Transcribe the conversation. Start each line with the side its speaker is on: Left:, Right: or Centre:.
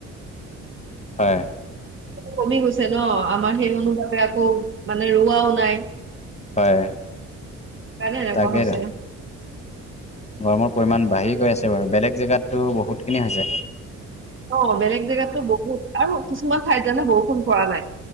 Left: হয়।
Right: কমি গৈছে ন' আমাৰ সেই অনুভাৱে আকৌ মানে ৰোৱাও নাই।
Left: হয়,
Right: কাৰণে এনেকুৱা
Left: তাকে।
Right: হৈছে
Left: গৰমৰ পৰিমাণ বাঢ়ি গৈ আছে বাৰু, বেলেগ জেগাতো বহুতখিনি হৈছে।
Right: অঁ', বেলেগ জেগাতো বহুত আৰু কিছুমান ঠাইত জানা বৰষুণ পৰা নাই।